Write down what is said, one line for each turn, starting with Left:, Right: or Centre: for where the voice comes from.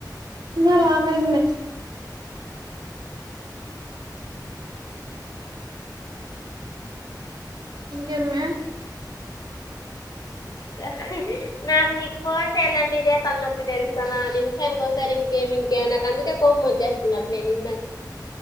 Right: ఇంకా రాలేదు మే ఇంకేమే
Left: అహ్ నాకు నీకు ఫోన్ చెయలంటే ఇదే తల్నొప్పి తెలుసా నా నిమ్షానికోసారి ఇంకేమి ఇగ నాకందుకే కోపం వచ్చేస్తుంది అట్నే నిన్న